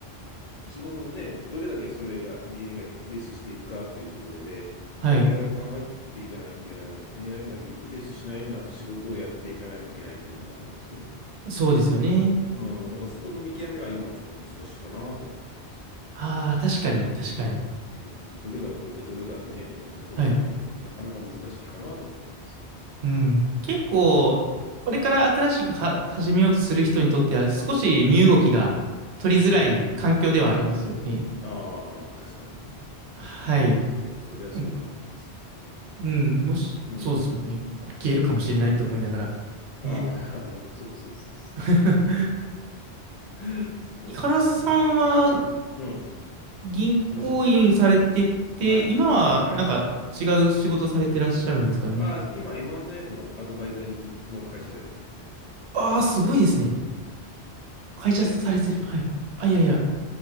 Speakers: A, on the left (about 55°); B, on the right (about 80°).
A: 仕事をね、どれだけそれが、AI がリプレイスしていくかっていうところで、
B: はい。
A: 我々が考えていかないといけないの、AI がリプレイスしないような仕事をやっていかないといけないっていうのがありますよね。
B: そうですよね。
A: うん、だからそこの見極めが今はちょっと難しいかなとは思ってます。
B: ああ、確かに、確かに。
A: うん、どれが残ってどれがね、残らないみたいな、
B: はい。
A: なかなか難しいかなとは思ってます。
B: うん。結構、
A: うん、
B: これから新しくは始めようとする人にとっては、少し身動きが取りづらい環境ではありますよね。
A: はい。うん。うん。ああ、確かにね。
B: はい。
A: うん。そりゃそうだと思います。
B: なんかうん、もし、
A: うん。
B: そうですよね。これ消えるかもしれないと思いながら。
A: あ
B: ね
A: あ、<laughs> そうそうそうそ
B: <laughs>
A: う。そうですね。
B: 井原さんは
A: うん。
B: い銀行員されてて、
A: 私はい。
B: 今はなんか違う仕事されてらっしゃるんですかね。
A: はい。あ今 M&A のアドバイザリーの会社をやってます。
B: ああ、すごいですね。会社されてる。
A: いやいや、大したの。
B: はい。あ、
A: はい。
B: いやいや。